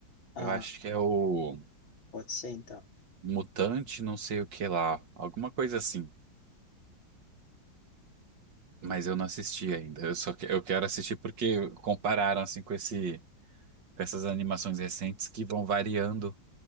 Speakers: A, on the left; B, on the right.
A: Ah,
B: Eu acho que é o
A: pode ser então.
B: Mutante, não sei o que lá, alguma coisa assim. Mas eu não assisti ainda. Eu só que, eu quero assistir porque compararam assim com esse com essas animações recentes que vão variando